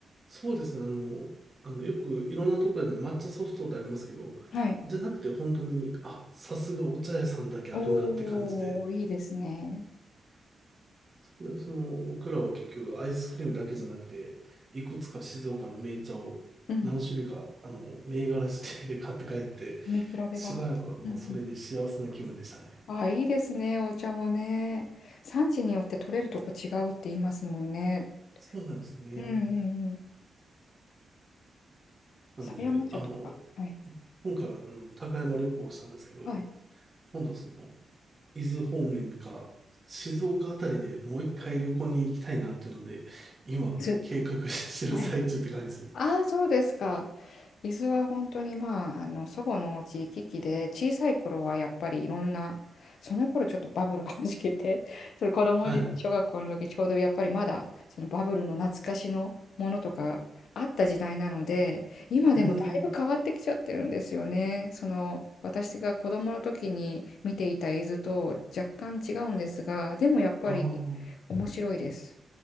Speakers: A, on the right; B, on the left.
A: そうですね。あの、あの、よくいろんなところで抹茶ソフトってありますけど、
B: はい。
A: じゃなくて本当に、あ、さすがお茶屋さんだけあるなって感じで、
B: おお、いいですね。
A: そこでその、僕らは結局アイスクリームだけじゃなくて、いくつか静岡の銘茶を何種類か、
B: うん。
A: あの、銘柄指定で買って帰って、
B: 飲み比べが。
A: しばらくはもうそれで幸せな気分でしたね。
B: うんうん。ああ、いいですね、お茶もね。産地によって取れるとこ違うって言いますもんね。
A: そうなんですね。
B: うんうんうん。
A: なんで、
B: 狭山町とか。
A: あの、
B: はい。
A: 今回は、うん、高山旅行をしたんですけど、
B: はい。
A: 今度その、伊豆方面か、静岡あたりでもう一回旅行に行きたいなっていうので、今、
B: 伊豆。
A: 計画してる最中って感じです。
B: はい。ああ、そうですか。伊豆は本当にまあ、あの、祖母のお家行き来で、小さい頃はやっぱりいろんな、その頃ちょっとバブルがはじけて、<laughs> それ子供時代、
A: はい。う
B: 小学校の時ちょうどやっぱりまだ、そのバブルの懐かしのものとかあった時代なので、今でもだいぶ変わってきちゃってるんですよね。
A: ーん。
B: その、私が子供の時に見ていた伊豆と若干違うんですが、でもやっぱり面白いです。
A: ああ。